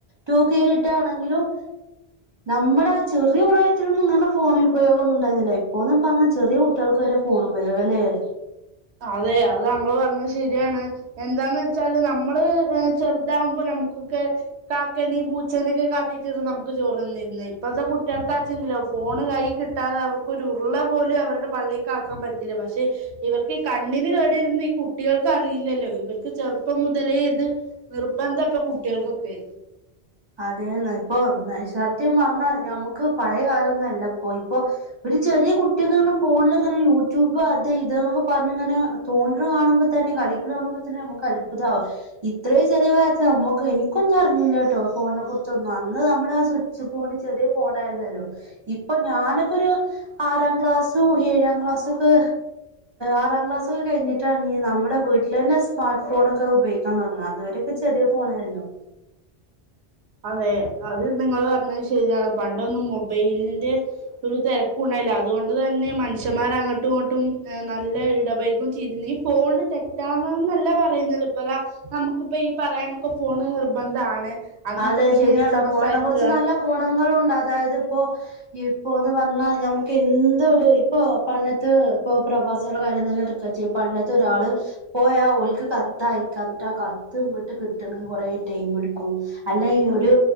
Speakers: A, on the right; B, on the right.
A: ടു കെ കിട്ടാണെങ്കിലും. നമ്മടെ ആ ചെറിയ പ്രായത്തിലൊന്നും ഇങ്ങനെ ഫോണിൽ ഉപയോഗൊന്നും ഉണ്ടായിന്നില്ല. ഇപ്പോന്ന് പറഞ്ഞാ ചെറിയ കുട്ട്യോൾക്ക് വരെ ഫോണ് ഉപയോഗം അല്ലെയ്.
B: അതെ. അത് താങ്കള് പറഞ്ഞത് ശര്യാണ്. എന്താന്ന് വെച്ചാല് നമ്മള് ചെറുതാകുമ്പോ നമുക്കൊക്കെ. കാക്കനിം പൂച്ചനൊക്കെ കാട്ടിട്ടല്ലെ നമക്ക് ചോറ് തെന്നിരുന്നെ. ഇപ്പഴത്തെ കുട്ട്യേൾക്കാച്ചെങ്കിലോ ഫോണ് കൈയി കിട്ടി കിട്ടാതെ അവർക്കാെരുരുള പോലും അവരുടെ പള്ളിക്ക് ആക്കാൻ പറ്റില്ല പക്ഷെ ഇവർക്ക്. ഈ കണ്ണിന് കേടെരുന്ന് ഈ കുട്ടികൾക്ക് അറിയില്ലല്ലോ ഇവർക്ക് ചെറുപ്പം മുതലേ ഇത്. നിർബന്ധപ്പ കുട്ട്യോൾക്കൊക്കെ.
A: അതെന്നാ ഇപ്പൊ സത്യം പറഞ്ഞാ ഞമ്മക്ക് പഴയ കാലൊന്നല്ലപ്പോ ഇപ്പോ. ഒരു ചെറിയ കുട്ടിയക്കെങ്ങനെ ഫോണിലിങ്ങനെ യൂട്യൂബ് അത് ഇത് ന്നൊക്കെ പറഞ്ഞിങ്ങനെ. തോണ്ടണത് കാണുമ്പോ തന്നെ കളിക്കണത് കാണുമ്പോ തന്നെ നമുക്ക് അത്ഭുതാവും. ഇത്രയും ചെറിയ പ്രായത്തി അമ്മക്ക് എനിക്കൊന്നും അറിഞ്ഞില്ല കേട്ടോ. ഫോണിനെ കുറിച്ചൊന്നും അന്ന് നമ്മുടെ ആ സ്വിച്ച് ഫോണ് ചെറിയ ഫോണ് ആയിരുന്നല്ലോ. ഇപ്പോ ഞാനൊക്കെ ഒരു ആറാം ക്ലാസ്സും ഏഴാം ക്ലാസ്സും ഒക്കെ. ആറാം ക്ലാസ് ഒക്കെ കഴിഞ്ഞിട്ടാണ് നമ്മുടെ വീട്ടിലന്നെ സ്മാർട്ട് ഫോണൊക്കെ ഉപയോഗിക്ക. ക്കാൻ തുടങ്ങണത് അതുവരെക്കെ ചെറിയ ഫോണായിരുന്നു.
B: അതെ അത് നിങ്ങള് പറഞ്ഞത് ശരിയാണ് പണ്ടൊന്നും മൊബൈലിന്റെ. ഒരു തിരക്കും ഉണ്ടായില്ല, അതുകൊണ്ട് തന്നെ മനുഷ്യന്മാർ അങ്ങോട്ടും ഇങ്ങോട്ടും നല്ല ഇടപൈകും ചെയ്തിനി. ഫോണ് തെറ്റാന്നന്നല്ല പറയുന്നത് ഇപ്പതാ. നമുക്കിപ്പോ ഈ പറയാനൊക്കെ ഫോണ് നിർബന്ധാണ്. അന്നൊക്കെ
A: അതെ
B: പിന്നെ
A: ശരിയാണ്
B: എസ് എം
A: ഫോണിനെ
B: എസ് അയക്കുക
A: കുറിച്ച് നല്ല ഗുണങ്ങളുണ്ട് അതായത് ഇപ്പോ. ഇപ്പോന്ന് പറഞ്ഞാ ഞമ്മക്ക് എന്തരു ഇപ്പോ പണ്ടത്ത് ഇപ്പോ പ്രവാസിളെ കാര്യം തന്നെ എടു ക്കച്ച പണ്ടത്തെ ഒരാള്. പോയ ഓൽക്ക് കത്ത് അയക്കാ എന്നിട്ട് ആ കത്ത് ഇങ്ങട്ട് കിട്ടണെങ്കി കൊറേ ടൈം എടുക്കും. അല്ല ഈ ഒരു.